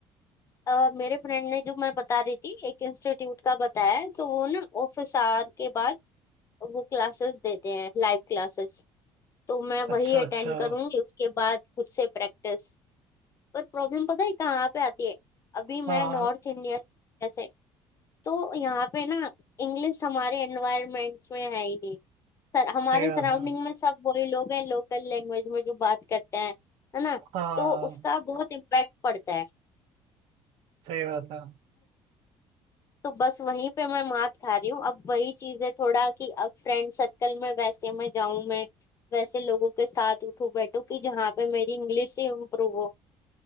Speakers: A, on the left; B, on the right.
A: अ, मेरे फ्रेंड ने जो मैं बता रही थी एक इंस्टीट्यूट का बताया है, तो वो ना ऑफिस आवर के बाद वो क्लासेस देते हैं लाइव क्लासेस तो मैं
B: अच्छा
A: वही अटेंड
B: अच्छा
A: करूंगी उसके बाद खुद से प्रैक्टिस पर प्रॉब्लम पता है कहाँ पे आती है अभी मैं
B: हाँ हाँ
A: नॉर्थ इंडिया जैसे तो यहाँ पे ना इंग्लिश हमारे एनवायरमेंट्स में है ही नहीं सर हमारे
B: सही बात
A: सराउंडिंग
B: है
A: में सब वही लोग हैं लोकल लैंग्वेज में जो बात करते हैं है ना
B: हाँ
A: तो उसका बहुत इम्पैक्ट पड़ता है
B: सही बात है
A: तो बस वहीं पे मैं मात खा रही हूँ अब वही चीज है थोड़ा कि अब फ्रेंड सर्कल में वैसे मैं जाऊं मैं वैसे लोगों के साथ उठूं बैठूं कि जहाँ पे मेरी इंग्लिश ही इम्प्रूव हो